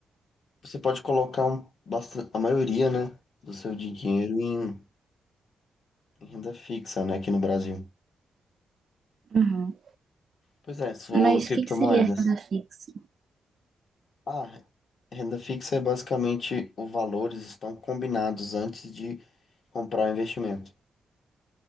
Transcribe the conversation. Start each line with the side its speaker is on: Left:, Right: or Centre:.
Left: você pode colocar um, bastante, a maioria, né, do seu dinheiro em, em renda fixa, né, aqui no Brasil.
Right: Uhum.
Left: Pois é, você falou
Right: Mas
Left: criptomoedas.
Right: o que que seria renda fixa?
Left: Ah, renda fixa é basicamente os valores estão combinados antes de comprar o investimento.